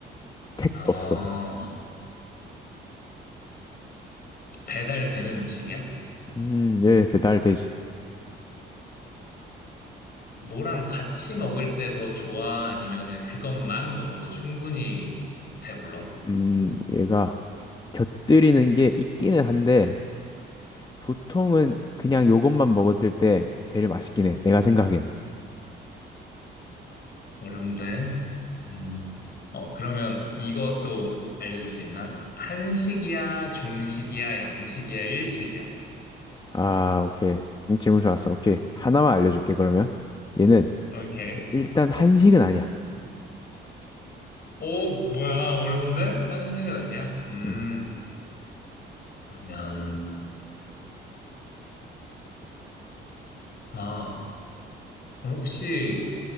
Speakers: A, on the left (about 20°); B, on the left (about 50°).
A: 택
B: 아,
A: 없어.
B: 배달되는 음식이야?
A: 음, 예, 배달되지.
B: 뭐랑 같이 먹을 때 더 좋아? 아니면은 그것만 먹어도 충분히 배불러?
A: 음, 얘가 곁들이는 게 있기는 한데, 보통은 그냥 요것만 먹었을 때 제일 맛있긴 해. 내가 생각엔.
B: 어려운데. 음. 어, 그러면 이것도 알려줄 수 있나? 한식이야, 중식이야, 양식이야, 일식이야?
A: 아, 오케이. 음, 질문 좋았어. 오케이. 하나만 알려줄게, 그러면. 얘는
B: 오케이.
A: 일단 한식은 아니야.
B: 오, 뭐야, 어려운데? 한식은 아니야? 음,
A: 음,
B: 그러면. 아, 그럼 혹시,